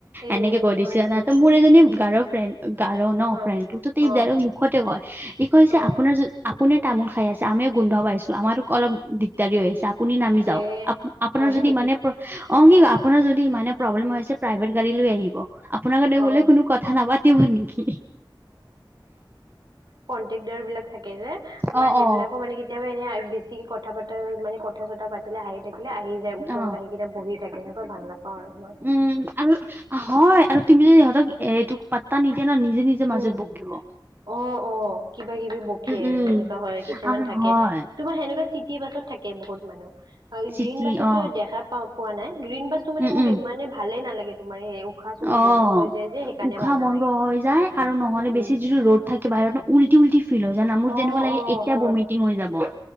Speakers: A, on the right (about 55°); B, on the right (about 25°).
A: এ
B: এনেকে কৈ দিছে
A: হয় নেকি?
B: মোৰ এজনী গাৰৰ ফ্ৰেণ্ড গাৰ ন
A: অ',
B: ফ্ৰেণ্ড তটো তাইক
A: অ',
B: মুখতে কয় এই কয় যে
A: অ',
B: আপোনাৰ য আপুনি তামোল খাই আছে আমিও গোন্ধ পাইছো আমাৰো অলপ দিগদাৰি হৈ আছে আপুনি নামি যাওক
A: এ
B: আপোনাৰ
A: হয়
B: যদি
A: নেকি?
B: মানে অ', কি আপোনাৰ যদি ইমানে প্ৰব্লেমছে প্ৰাইভেট গাড়ী লৈ আহিব আপোনাৰগতে
A: অ',
B: বোলে কোনো কথা নাপাতিব নেকি
A: প্ৰক দৰবলাক থাকে যে তোমাৰ
B: অ
A: সেইবিলাকো
B: অ
A: মানে কি কেতিয়াবা এনেই বেছিক কি কথা পতা মানে কথা চতা পাতিলে হাইত থাকিলে আহি যায় ওচৰত
B: অ
A: আহি কেইটা বহি থাকে এনেকুৱা ভাল নাপাও আৰু মই
B: উম আৰু হয় আৰু তুমি য ইহঁতক এ এইটো ত নিজে ন নিজে নিজে
A: উম,
B: মাজত বগিব
A: অ', অ', কিবা কিবি বকিয় আৰু
B: উম
A: সেনেকুৱা হয় কিছুমান
B: আৰু
A: থাকে
B: হয়
A: তোমাৰ সেনেকুৱা চিটি বাছত থাকে বহুত মানুহ
B: চিটি
A: গ্ৰীণ বাছতো
B: অ
A: দেখা পা পোৱা নাই গ্ৰীণ বাছ মানে
B: উম
A: মোক
B: উম
A: ইমানে ভালে নালাগে তোমাৰ উশাহ চোশাহ
B: অ',
A: বন্ধ হৈ যায় যে সেইকাৰণে
B: উশাহ
A: ভাল নালাগে
B: বন্ধ হৈ যায়। আৰু নহ'লে বেছি
A: উম
B: যিটো ৰ'ড থাকে বাহিৰতো উলটি উলটি ফিল হয় জান মোৰ
A: অ
B: যেনেকা লাগে
A: অ
B: এতিয়া
A: হয়
B: বমি টিং হৈ যাব